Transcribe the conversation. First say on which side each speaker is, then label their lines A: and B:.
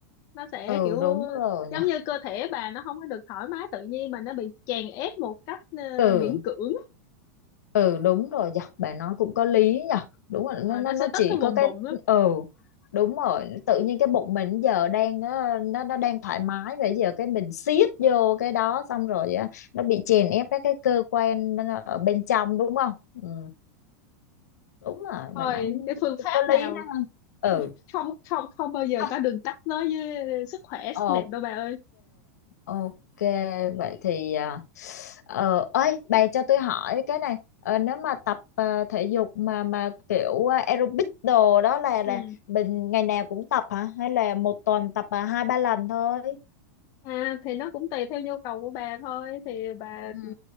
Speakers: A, on the left; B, on the left.
A: nó sẽ
B: ừ
A: kiểu
B: đúng rồi nhỉ
A: giống như cơ thể bà nó không có được thoải mái tự nhiên mà nó bị chèn ép một cách ờ,
B: ừ
A: miễn cưỡng
B: ừ đúng rồi nhỉ bà nói cũng có lý nhỉ đúng rồi
A: Ờ,
B: nó nó
A: nó
B: nó
A: sẽ tất
B: chỉ
A: cái
B: có
A: vùng
B: cái
A: bụng lắm
B: ừ đúng rồi tự nhiên cái bụng mình giờ đang ờ, nó nó đang thoải mái vậy giờ cái mình siết vô cái đó xong rồi á, nó bị chèn ép các cái cơ quan nó- nó ở bên trong đúng không ừ. đúng rồi
A: thôi
B: bà nói
A: cái phương
B: cũng
A: pháp
B: có lý
A: nào
B: đó ha ừ
A: không không không bao giờ
B: ha,
A: có đường tắt nói với sức khỏe sắc
B: ok
A: đẹp đâu bà ơi
B: ok vậy thì à, ờ ơi bà cho tôi hỏi cái này Ờ, nếu mà tập à, thể dục mà mà kiểu à, aerobic đồ đó là là
A: ừ
B: mình ngày nào cũng tập hả hay là một tuần tập à, hai ba lần thôi
A: À, thì nó cũng tùy theo nhu cầu của bà thôi thì bà
B: Ừ.
A: ừ,